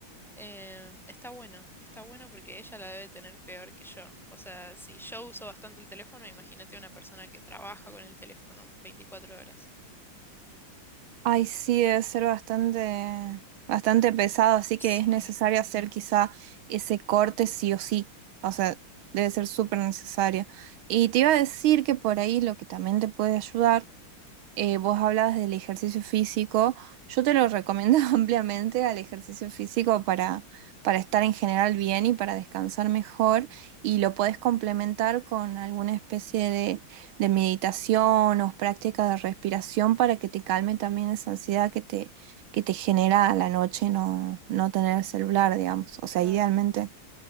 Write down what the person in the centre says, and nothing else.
eh, está bueno, está bueno porque ella la debe tener peor que yo. O sea, si yo uso bastante el teléfono, imagínate una persona que trabaja con el teléfono veinticuatro horas.
Sí.
Mm,
claro.